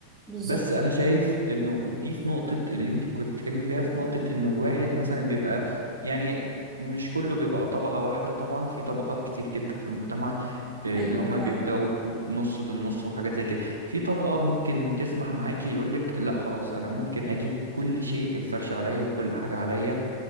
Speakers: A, in the centre; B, on the right.
A: بالظبط
B: بس انا شايف انه دي في نقطة اللي انت كنت بتتكلمي فيها في نقطة انه الواحد مثلا بيبقى يعني مش كله بيبقى طبقة واحدة طبعا في طبقات كتير جدا في المجتمع آه،
A: ايوه
B: اللي هما
A: فعلا
B: بيبدأوا نص بالنص وحاجات زي كده في طبقة ممكن تسمح معاكي يقولك لا خلاص انا ممكن اجيب كل شيء الفرش عليا وكل حاجة عليا